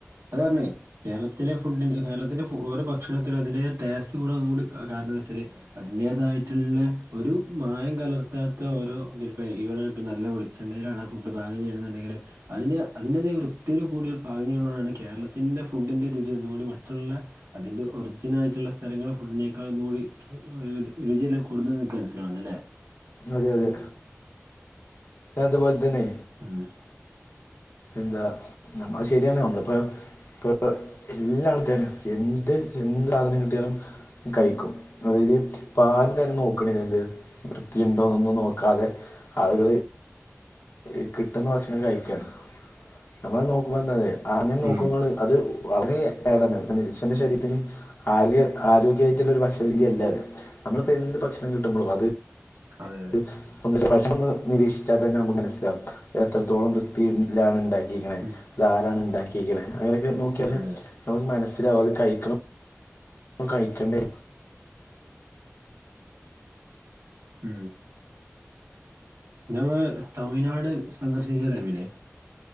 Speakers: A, on the right (about 85°); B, on the left (about 55°).
A: അതെ അത്ർഞ്ഞെ കേരളത്തിലെ ഫുഡ്ഡിന്, കേരളത്തിന്റെ ഓരോ ഭക്ഷണത്തിനും, അതിന്റെതായ ടേസ്റ്റ് കൂടു അതുകൊണ്ട് കാരണെന്താച്ചാല് അതിന്റേതായിട്ട്ള്ളെ ഒര് മായം കലർത്താത്ത ഓരോ <unintelligible> <unintelligible> ആ ഫുഡ് പാകം ചെയ്യ്ണ്ന്ന്ണ്ടെങ്കില്, അതിന് അതിന്റെതായ വൃ <unintelligible> പാകം ചെയ്യ്ണോണ്ടാണ് കേരത്തിൻ്റെ ഫുഡ്ഡിൻ്റെ രുചി ഒന്നുകൂടി മറ്റ്ള്ളെ അതിന്റെ ഒറിജിനായിട്ട്ള്ള സ്ഥലങ്ങള് ഫുഡിനേക്കാൾ ഒന്നും കൂടി രുച് രുചിയെല്ലാ കൂടുന്നത് ൻക്കനസ്സിലാവ്ന്നി ല്ലേ
B: അതെ അതെ, അത്പോൽ തന്നെ
A: ആഹ്
B: എന്താ നമ്മ ശരിയാണ് നമ്മള്പ്പ, ഇപ്പോ <unintelligible> എല്ലാ ആൾക്കാരും എന്ത് എന്ത് സാധനം കിട്ടിയാലും കയിക്കും. അതായത് ഇപ്പൊ ആരും തന്നെ നോക്ക്ണില്ല എന്ത് വൃത്തി ഇണ്ടോന്നൊന്നും നോക്കാതെ ആളുകള് ഈ കിട്ട്ന്ന ഭക്ഷണം കയിക്കാണ്. നമ്മളത് നോക്ക്മ്പോ എന്തത് അങ്ങനെ
A: ഉം
B: നോക്ക്മ്പോള് അത് വളരേ <unintelligible> ശരീരത്തിന് ആകെ ആരോഗ്യായിട്ട്ള്ളൊര് ഭക്ഷണ രീതിയല്ല അത്. നമ്മളിപ്പോ എന്ത് ഭക്ഷണം കിട്ട്മ്പളും അത്
A: അതെ അതെ
B: <unintelligible> നിരീക്ഷിച്ചാ തന്നെ നമ്മക്ക് മനസ്സിലാവും, എത്രത്തോളം വൃത്തി ല്ലാണ് ഇണ്ടാക്കി ക്ക്ണ്,
A: ഉം
B: ഇതാരാണ് ഇണ്ടാക്കീക്ക്ണ് അങ്ങനെക്കെ നോക്ക്യാല്,
A: അതെ അതെ
B: നമ്മക്ക് മനസ്സിലാവും അത് കഴിക്ക്ണ <unintelligible> കഴിക്കണ്ടേ
A: ഉം ഞങ്ങൾ തമിഴ്നാട് സന്ദർശിച്ച ടൈമില്